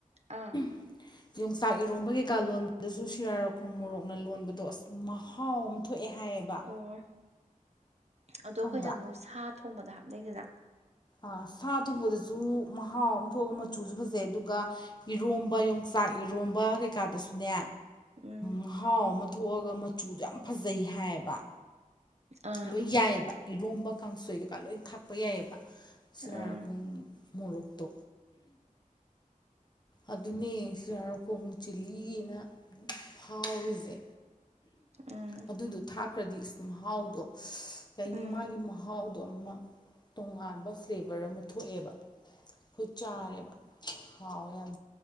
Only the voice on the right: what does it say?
ꯑꯥ
ꯑꯣ ꯑꯗꯣ ꯑꯩꯈꯣꯏꯅ
ꯑꯃꯨꯛ ꯁꯥ ꯊꯣꯡꯕꯗ ꯍꯥꯞꯅꯩꯗꯅ
ꯎꯝ
ꯑꯥ
ꯎꯝ
ꯎꯝ
ꯎꯝ